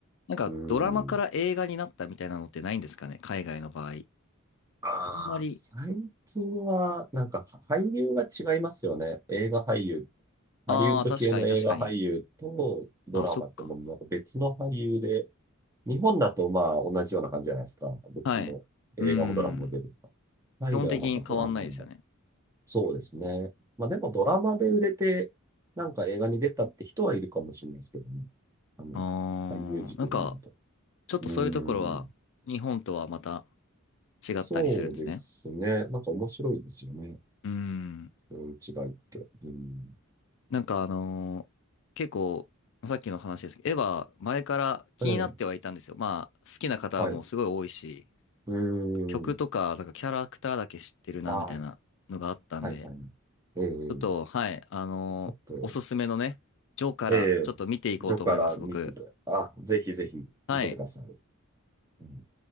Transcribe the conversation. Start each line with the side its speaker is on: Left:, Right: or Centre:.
Left: なんか、
Right: う
Left: ドラマから映画になったみたいなのってないんですかね、
Right: ん。
Left: 海外の場合。あ
Right: ああ、
Left: んまり。
Right: 最近は、なんか俳優が違いますよね。映画俳優。ハリウッド系の映画俳優とドラマってもうなんか別の俳優で
Left: ああ、確かに確かに。あ、そっか。
Right: 日本だとまあ同じような感じじゃないですか。どっちも映画もドラマも出るとか。
Left: はい。うーん。
Right: 海外はなんかドラマ、
Left: 基本的に変わんないですよね。
Right: そうですね。まあでもドラマで売れて、なんか映画に出たって人はいるかもしれないですけどね。あの、
Left: ああ、
Right: 俳優軸で見ると。
Left: なんか、ちょっとそういうところは、
Right: うーん。
Left: 日本とはまた違ったりするんですね。
Right: そうですね。なんか面白いですよね。
Left: うーん。
Right: そういう違いって。うん。
Left: なんかあのー結構、さっきの話ですけど、エヴァ、前から気になってはいたんですよ。
Right: ええ、
Left: まあ、好きな方もすごい多いし、
Right: はい。うーん。
Left: 曲とか、なんかキャラクターだけ知ってるな、
Right: ああ、
Left: みたいなのがあったんで、
Right: はいはい。ええ、
Left: ちょっと、はい、あのーおすすめのね、
Right: ちょっと
Left: ジョーからちょっと見ていこうと思います、
Right: ええ、どこから見てた、
Left: 僕。
Right: あ、ぜひぜひ見てください。
Left: はい。
Right: うん